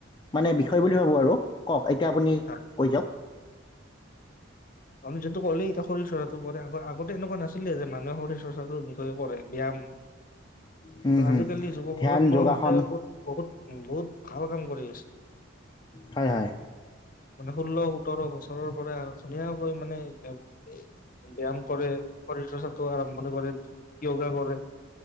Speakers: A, on the left (about 25°); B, on the left (about 45°).
A: মানে বিষয় বুলি ভাবোঁ আৰু কওক এতিয়া আপুনি
B: হয়
A: কৈ যাওক
B: আপুনি যিটো ক'লেই এতিয়া শৰীৰ চৰ্চাটো পৰে আগতে এনেকুৱা নাছিলে যে মানুহে শৰীৰ চৰ্চাটোৰ বিষয়ে কৰে ব্যায়াম কিন্তু
A: হুম হুম
B: আজিকালি যুৱ
A: ধ্যান
B: প্ৰজন্মৰ
A: যোগাসন
B: সতে বহুত বহুত উ বহুত ভাল কাম কৰি আছো
A: হয় হয়
B: মানে ষোল্ল সোতৰ বছৰৰ পৰা ধুনীয়াকৈ মানে ব্যায়াম কৰে শৰীৰ চৰ্চাটো আৰম্ভণ কৰে এয়োগা কৰে